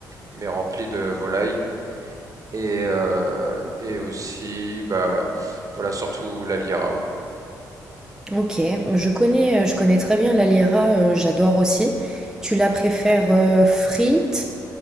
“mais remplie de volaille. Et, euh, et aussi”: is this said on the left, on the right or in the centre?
Right